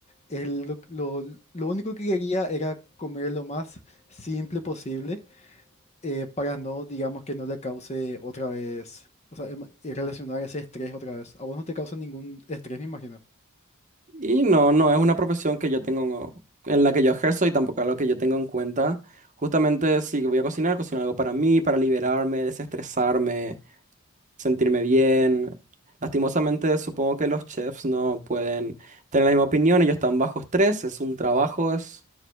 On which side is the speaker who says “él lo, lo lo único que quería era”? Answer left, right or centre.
Left